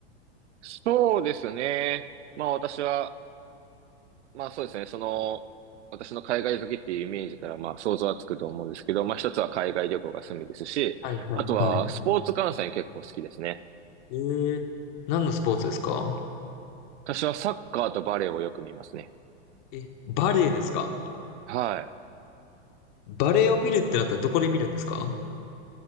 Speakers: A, on the right (about 80°); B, on the left (about 45°).
A: そうですね。まあ私は、まあそうですね、その、私の海外好きっていうイメージから、まあ想像はつくと思うんですけど、まあ一つは海外旅行が趣味ですし、
B: はいはいはい。
A: あとはスポーツ観戦結構好きですね。
B: えー、何のスポーツですか
A: 私はサッカーとバレーをよく見ますね。
B: え、バレエですか
A: はい。
B: バレエを見るってなったらどこで見るんですか